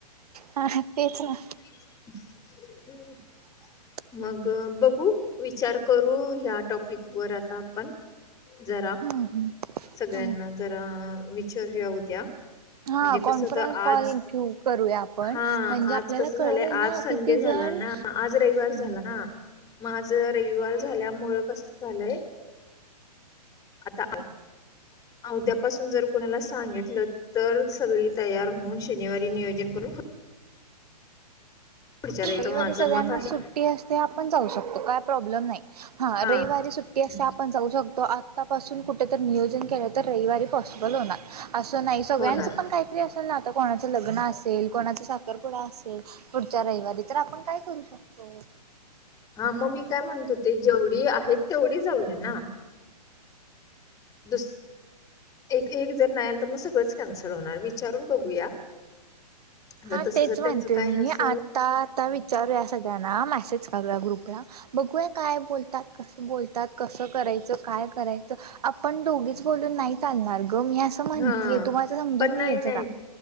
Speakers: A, on the right (about 65°); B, on the left (about 15°).
A: हा हा तेच ना.
B: <inaudible>
A: <inaudible>
B: मग बघू, विचार करू, ह्या टॉपिक वर आता आपण. जरा.
A: हम्म हम्म.
B: सगळ्यांना
A: हम्म
B: जरा विचारूया उद्या
A: हा
B: म्हणजे
A: कॉन्फरन्स
B: कसं होत आज
A: कॉल घेऊ करूया आपण
B: हा
A: म्हणजे आपल्याला
B: आज कसं
A: कळेल
B: झालंय
A: ना
B: आज संडे
A: किती
B: झाला
A: जण
B: ना. आज रविवार
A: हम्म
B: झाला ना मग आज रविवार झाल्या मुळ कसं झालंय आता आ उद्यापासून जर कोणाला सांगितलं तर सगळी तयार होऊन शनिवारी नियोजन करून पुढच्या
A: रविवारी
B: रवि असं माझं
A: सगळ्यांना
B: मत आहे.
A: सुट्टी असते आपण जाऊ शकतो, काय प्रॉब्लेम नाही. हा
B: हां,
A: रविवारी सुट्टी असते
B: हं.
A: आपण जाऊ शकतो आ आत्तापासून कुठेतर नियोजन केलं तर रविवारी पॉसिबल होणार असं नाही सगळ्यांचं
B: होणार.
A: पण काय तरी असेल ना आता कोणाचं लग्न असेल, कोणाचा साखरपुडा असेल त्या रविवारी तर आपण काय करू शकतो?
B: हा मग मी काय म्हणत होते, जेवढी आहेत तेवढी जाऊया ना? दुस एक एक जर नाही आलं तर मग सगळंच कॅन्सल होणार वि विचारून बघूया जर
A: हा
B: तस
A: तेच
B: जर
A: म्हणते
B: त्यांच काय
A: मी
B: नसल
A: आता आता विचारूया सगळ्यांना मेसेज करूया ग्रुपला बघूया काय बोलतात? कसं बोलतात, कसं करायचं, काय करायचं आपण दोघीच बोलून नाही चालणार ग मी असं म्हणतीय
B: हा
A: तु माझं समजून
B: पण
A: घे
B: नाही नाही
A: जरा